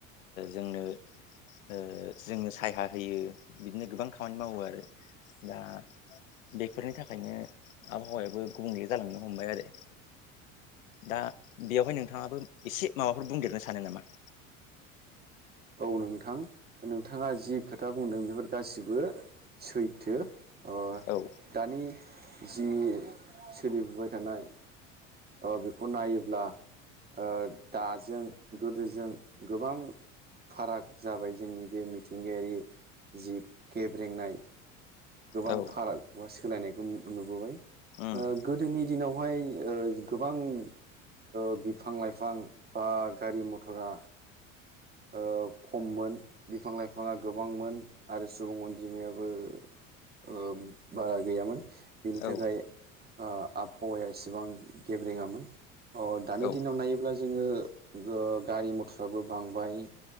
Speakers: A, on the left (about 90°); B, on the right (about 25°).
A: जोंनो ओ जोङो साया होयो। बिदिनो गोबां खामानि मावो आरो। दा बेफोरनि थाखायनो आबहावायाबो गुबुंले जालांनो हमबाय आरो। दा बेवहाय नोंथाङाबो एसे माबाफोर बुंदेरनो सानो नामा?
B: औ नोंथां नोंथाङा जि खोथा बुंदों बेफोर गासिबो सैथो। ओ
A: औ
B: दानि जि सोलिबोबाय थानाय अ' बेखौ नायोब्ला ओ दाजों गोदोजों गोबां फाराग जाबाय जोंनि बे मिथिंगायारि जि गेब्रेंनाय। गोबां
A: औ
B: फाराग बा सोलायनायखौ नु-नुबोबाय
A: उम
B: ओ गोदोनि दिनावहाय ओ गोबां ओ बिफां लाइफां बा गारि मथरा ओ खममोन बिफां लाइफाङा गोबांमोन आरो सुबुं अनजिमायाबो ओ बारा गैयामोन। बिनि थाखाय
A: औ
B: आ आबहावाया इसेबां गेब्रेङामोन। अ' दानि
A: औ
B: दिनाव नायोब्ला जोङो ओ गारि मथराबो बांबाय।